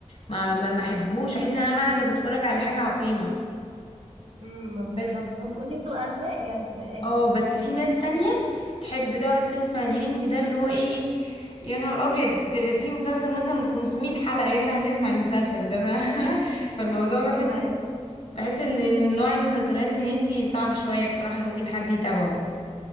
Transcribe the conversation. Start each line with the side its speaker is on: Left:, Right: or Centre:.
Left: ما ما ما احبهوش بحس ان انا قاعده بتفرج على حاجه عقيمه
Right: امم ما بالظبط
Left: بس
Right: هو- هي بتبقى أذواق يعني في الآخر
Left: اه بس في ناس تانية تحب تقعد تسمع الهندي ده اللي هو ايه يا نهار ابيض في, في مسلسل مثلا 500 حلقة يلا هنسمع المسلسل ده ف... <laughs> فالموضوع
Right: دي
Left: بحس
Right: حقيقة
Left: بحس ان إن نوع المسلسلات الهندي صعب شوية بصراحة ان ممكن حد يتابعه